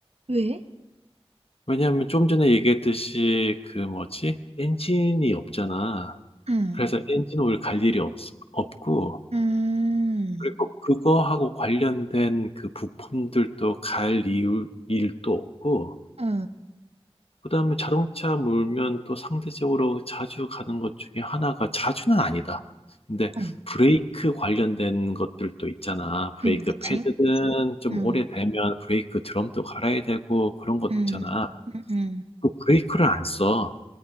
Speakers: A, on the right; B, on the left.
A: 왜?
B: 왜냐하면 좀 전에 얘기했듯이 그 뭐지? 엔진이 없잖아.
A: 음,
B: 그래서 엔진 오일 갈 일이 없, 없고,
A: 음,
B: 그리고 그거하고 관련된 그 부품들도 갈 이유- 일도 없고,
A: 어.
B: 그 다음에 자동차 몰면 또 상대적으로 자주 가는 것 중에 하나가 자주는 아니다. 근데
A: 어.
B: 브레이크 관련된 것들도 있잖아. 브레이크
A: 음, 그치?
B: 패드든 좀
A: 음,
B: 오래되면 브레이크 드럼도 갈아야 되고 그런 것
A: 음,
B: 있잖아.
A: 음, 음,
B: 그 브레이크를 안 써.